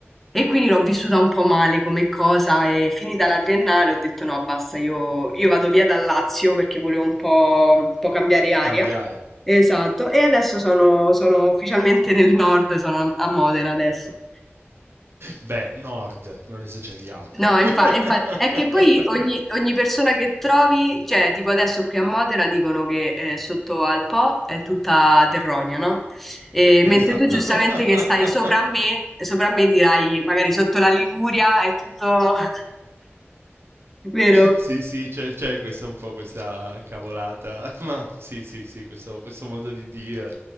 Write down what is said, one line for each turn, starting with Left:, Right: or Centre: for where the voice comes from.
Centre: E quindi l'ho vissuta un po' male come cosa e finita la triennale ho detto no, basta, io, io vado via dal Lazio perché volevo un po', un po' cambiare aria.
Right: Cambiare.
Centre: Esatto, e adesso sono, sono ufficialmente nel nord, sono a a Modena adesso.
Right: Beh, nord, non esageriamo.
Centre: No, infa-
Right: <laughs>
Centre: infa- è che poi ogni, ogni persona che trovi, cioè tipo adesso qui a Modena dicono che eh, sotto al Po è tutta terronia, no? E
Right: Esatto.
Centre: mentre tu giustamente che
Right: <laughs>
Centre: stai sopra a me, sopra a me dirai magari sotto la Liguria è tutto <laughs> vero?
Right: Sì, sì, c'è c'è questa un po' questa cavolata, <laughs> ma sì, sì, sì, questo, questo modo di dire.